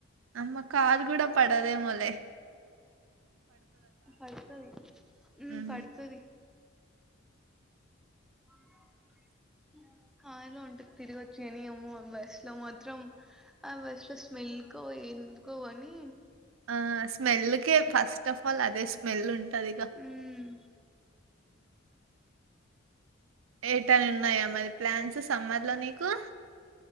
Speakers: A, on the right; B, in the centre.
A: అమ్మ కారు కూడం పడదేమో లే
B: పడుతది ఉం
A: ఊహూ
B: పడుతది <inaudible> <inaudible> కారులో అంటే తిరిగచ్చు కని ఆమ్మో ఆ బస్సు లో మాత్రం ఆ బస్ లో స్మెల్ కో ఎందు కోవని
A: ఆ స్మెల్ కె ఫస్ట్ ఆఫ్ ఆల్ అదే స్మే స్మేల్లు ఉం టదిగా
B: ఉమ్
A: ఏటన్న ఉన్నాయా మరి ప్లాన్స్ సమ్మర్ ల నీకు